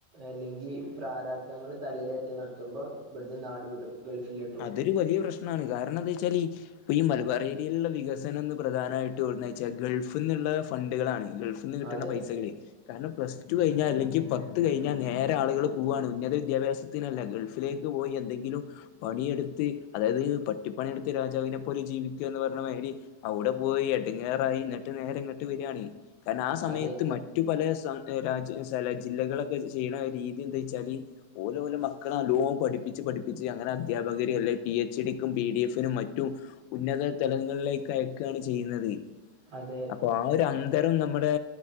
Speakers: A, on the right (about 40°); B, on the left (about 85°).
A: അല്ലെങ്കിൽ പ്രാരാബ്ധങ്ങള് തലയിലേറ്റി നിർത്തുമ്പോൾ ഇവിട്ന്ന് നാട് വിടും ഗൾഫിലോ
B: അതൊരു വലിയ പ്രശ്നാണ് കാരണന്താവെച്ചാല് ഈ ഇപ്പൊ ഈ മലബാറേരിയില്ള്ള വികസനം എന്ന് പ്രധാനമായിട്ട് എവ്ട്ന്നേച്ചാ ഗൾഫ്ന്നുള്ള ഫണ്ട്കളാണ് ഗൾഫ് ന്ന്ട്ട് കിട്ട്ണ
A: അതെ
B: പൈസകളെയ്
A: അതെ
B: കാരണം പ്ലസ് ടു കഴിഞ്ഞാ അല്ലെങ്കി പത്ത് കഴിഞ്ഞാ നേരെ ആളുകള് പൂവാണ് ഉന്നത വിദ്യാഭ്യാസ ത്തിനല്ല ഗൾഫിലേക്ക് പോയി എന്തെങ്കിലും പണിയെടുത്ത് അതായത് പട്ടിപ്പണിയെടുത്ത് രാജാവിനെ പോലെ ജീവിക്കുക എന്ന് പറീണമാതിരി അവുടെ പോയി എടങ്ങാറായി ന്ന്ട്ട് നേരെ ഇങ്ങട്ട് വരാണെ കാരണം ആ സമയത്തു
A: അതെ
B: മറ്റ് മറ്റു പലേ സം രാജ്യ ജില്ലകളൊക്കെ ചെയ്യണ രീതി എന്താച്ചാല് ഓല് ഓലെ മക്കളെ നല്ലോം പഠിപ്പിച്ച് പഠിപ്പിച്ച് അങ്ങനെ അധ്യാപകര് അല്ലെ പി എച്ച് ഡിക്കും പി ഡി എഫിനും മറ്റും ഉന്നത തലങ്ങളിലേക്ക് അയക്കാണ് ചെയ്യുന്നത്.
A: അതെ
B: അപ്പൊ ആ ഒര് അന്തരം നമ്മുടെ